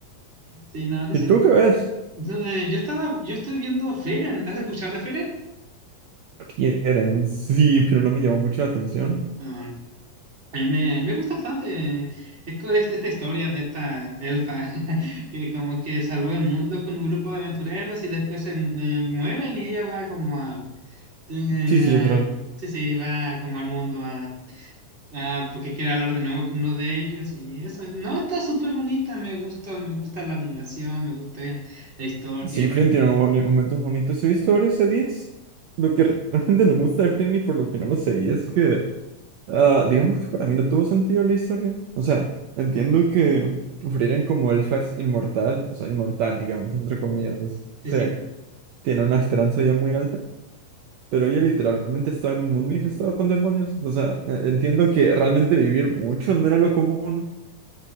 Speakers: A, on the right; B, on the right.
A: Sí, no, dice
B: ¿Y tú
A: que.
B: qué ves?
A: no, eh, yo estaba, yo estoy viendo Frieren. ¿Has escuchado de Frieren?
B: Quieren, sí, pero no me llamó mucho la atención.
A: Mm. A mí me, a mí me gusta bastante eh, es co- este- esta historia de esta elfa <laughs> que como que salvó el mundo con un grupo de aventureros y después se mu- eh, mueren y ella va como a... eh,
B: Sí, sí, literal.
A: sí, sí, va como al mundo a, a- porque quiere hablar de nuevo con uno de ellos y eso. No, está súper bonita, me gusta, me gusta la animación, me gusta la historia.
B: Sí, Frieren tiene boni- momentos bonitos. He visto varios edits. Lo que realmente no me gusta de Frieren y por lo que no lo seguí es que Ah, digamos que para mí no tuvo sentido la historia. O sea, entiendo que Frieren como elfa es inmortal, o sea, inmortal, digamos, entre comillas. es-
A: Sí,
B: se
A: sí,
B: tiene una esperanza ya muy alta, pero ella literalmente estaba en un mundo infestado con demonios. O sea, e- entiendo que realmente vivir mucho no era lo común.